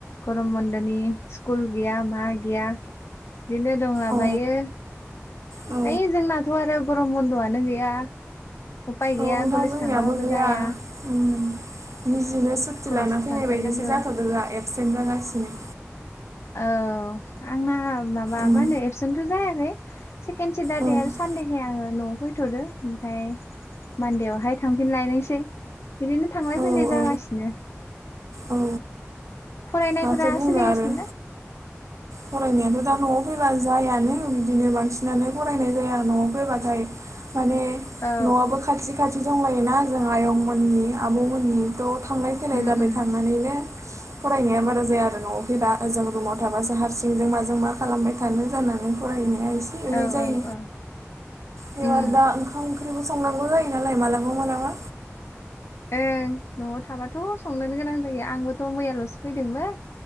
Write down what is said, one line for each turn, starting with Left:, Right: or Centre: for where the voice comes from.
Left: गरम बन्द'नि स्कुल गैया मा गैया बिदिनो दंलाबायो
Right: औ औ
Left: ओइ जोंनाथ' आरो गरम बन्द'आनो गैया उपाय गैया
Right: औ नोंथां
Left: कलेज
Right: जोंनियाबो
Left: थाङाबाबो
Right: गैया
Left: जाया
Right: उम निजिनो सुति
Left: कलेज
Right: लाना फैनाय
Left: थांथारनांगो
Right: बायदिसो जाथ'दों <unintelligible> एबसेन्ट जागासिनो
Left: औ आंना माबा
Right: उम
Left: मा होनो एबसेन्थ' जायाखै सेकेणड सेटारडे
Right: औ
Left: आरो सानडे <unintelligible> आङो न'आव फैथ'दो ओमफाय मान्देआवहाय थांफिन लायनोसै बिदिनो थांलाय
Right: औ
Left: फैलाय जागासिनो
Right: औ औ
Left: फरायनायफोरा
Right: माथो बुंनो
Left: सोलिगासिनो
Right: आरो
Left: ना?
Right: फरायनायाथ' दा न'आव फैबा जायानो बिदिनो बांसिनानो फरायनाय जाया न'आव फैबाथाय माने
Left: औ
Right: न'आबो खाथि खाथि दंलायोना जों आयंमोननि आबौमोननि त <unintelligible> थांलाय फैलाय
Left: उम
Right: जाबाय
Left: उम
Right: थांनानैनो फरायनाया <unintelligible> बारा जाया आरो न'आवखै दा ओजों रुमाव थाबासो हारसिंजों माजों मा खालामबाय थानो जानानै फरायनाया एस <unintelligible>
Left: औ
Right: जायो
Left: औ औ
Right: बे
Left: उम
Right: आरो दा ओंखाम ओंख्रिबो संनांगौ जायो नालाय मालाबा मालाबा
Left: ओं न'आव थाबाथ' संनोनो गोनां जायो आंबोथ' मैयाल'सो फैदोंमोन